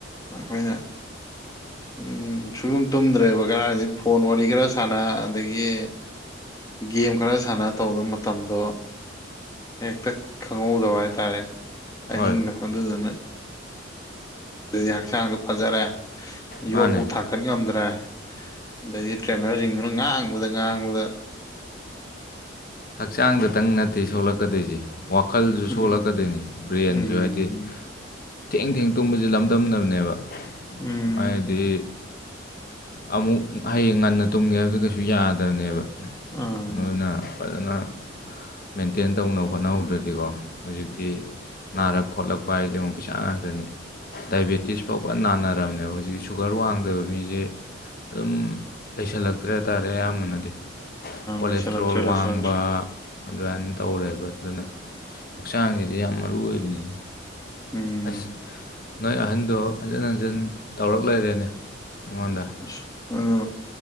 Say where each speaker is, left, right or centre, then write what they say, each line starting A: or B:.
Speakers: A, on the left (about 20°); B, on the left (about 50°).
A: ꯑꯩꯈꯣꯏꯅ ꯎꯝ ꯁꯨꯛ ꯇꯨꯝ ꯇꯨꯝꯗ꯭ꯔꯦꯕ ꯀꯔꯥꯏꯗꯒꯤ ꯐꯣꯟ ꯋꯥꯔꯤ ꯈꯔ ꯁꯥꯟꯅ ꯑꯗꯒꯤ ꯒꯦꯝ ꯈꯔ ꯁꯥꯟꯅ ꯇꯧꯕꯗ ꯃꯇꯝꯗꯣ ꯍꯦꯛꯇ ꯈꯪꯍꯧꯗꯕ ꯍꯥꯏꯇꯥꯔꯦꯅꯦ
B: ꯍꯣꯏ
A: ꯑꯍꯤꯡꯗꯣ ꯑꯗꯨꯗꯨꯅ ꯑꯗꯨꯗꯤ ꯍꯛꯆꯥꯡꯗꯣ ꯐꯖꯔꯦ
B: ꯃꯥꯅꯦ
A: ꯌꯣꯠ ꯐꯥꯎ ꯊꯥꯡ ꯀꯠ ꯉꯝꯗ꯭ꯔꯦ ꯑꯗꯩꯗꯤ ꯇ꯭ꯔꯦꯅꯔꯖꯤꯡꯗꯨꯅ ꯉꯥꯡ ꯉꯥꯡꯕꯗ ꯉꯥꯡꯕꯗ
B: ꯍꯛꯆꯥꯡꯗꯨꯇꯪ ꯅꯠꯇꯦ ꯁꯣꯛꯂꯛꯀꯗꯣꯏꯁꯦ ꯋꯥꯈꯜꯁꯨ
A: ꯎꯝ
B: ꯁꯣꯛꯂꯛꯀꯗꯣꯏꯅꯤ ꯕ꯭ꯔꯦꯟꯁꯨ
A: ꯎꯝ
B: ꯍꯥꯏꯗꯤ ꯊꯦꯡ ꯊꯦꯡ ꯇꯨꯝꯕꯁꯦ ꯂꯝꯗꯝꯅꯕꯅꯦꯕ
A: ꯎꯝ
B: ꯍꯥꯏꯗꯤ ꯑꯃꯨꯛ ꯍꯌꯦꯡ ꯉꯟꯅ ꯇꯨꯝꯒꯦ ꯍꯥꯏꯕꯗ ꯀꯩꯁꯨ ꯌꯥꯗꯕꯅꯦꯕ
A: ꯎꯝ
B: ꯑꯗꯨꯅ ꯐꯖꯅ ꯃꯦꯟꯇꯦꯟ ꯇꯧꯅꯕ ꯍꯣꯠꯅꯍꯧꯗ꯭ꯔꯗꯤꯀꯣ ꯍꯧꯖꯤꯛꯇꯤ ꯅꯥꯔꯛ ꯈꯣꯠꯂꯛꯄ ꯍꯥꯏꯁꯦꯉꯣ ꯄꯩꯁꯥ ꯉꯥꯛꯇꯅꯤ ꯗꯥꯏꯕꯦꯇꯤꯁ ꯐꯥꯎꯕ ꯐꯖꯅ ꯅꯥꯟꯅꯔꯝꯕꯅꯦ ꯍꯧꯖꯤꯛꯀꯤ ꯁꯨꯒꯔ ꯋꯥꯡꯗꯕ ꯃꯤꯁꯦ ꯑꯗꯨꯝ ꯂꯩꯁꯜꯂꯛꯇ꯭ꯔꯦ ꯍꯥꯏꯇꯥꯥꯔꯦ ꯑꯌꯥꯝꯕꯅꯗꯤ ꯀꯣꯂꯦꯁꯇ꯭ꯔꯣꯜ
A: ꯂꯩꯁꯜꯂꯛꯇ꯭ꯔꯦ ꯂꯩꯁꯜꯂꯛꯇ꯭ꯔꯦ
B: ꯋꯥꯡꯕ ꯑꯗꯨꯃꯥꯏꯅ ꯇꯧꯔꯦꯕ ꯑꯗꯨꯅ ꯍꯛꯆꯥꯡꯁꯤꯗꯤ ꯌꯥꯝ ꯃꯔꯨ ꯑꯣꯏꯕꯅꯤꯅ
A: ꯎꯝ
B: ꯑꯁ ꯅꯣꯏ ꯑꯍꯟꯗꯣ ꯍꯟꯖꯤꯟ ꯍꯟꯖꯤꯟ ꯇꯧꯔꯛ ꯂꯩꯔꯦꯅꯦ ꯑꯩꯉꯣꯟꯗ
A: ꯑꯁ ꯑꯗ